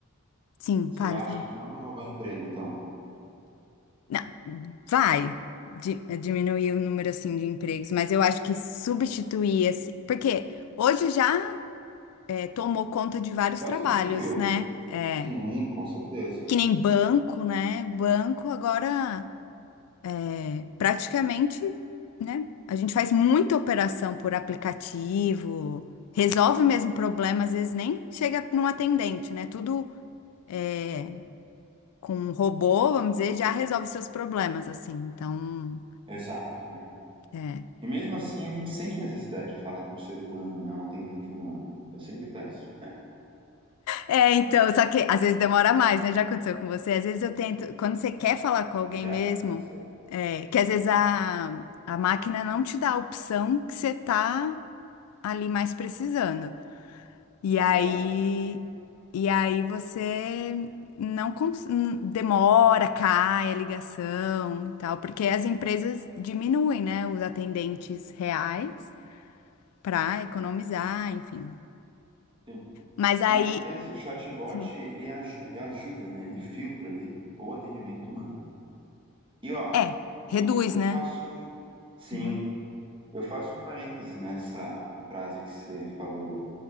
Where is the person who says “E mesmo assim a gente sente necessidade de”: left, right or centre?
Right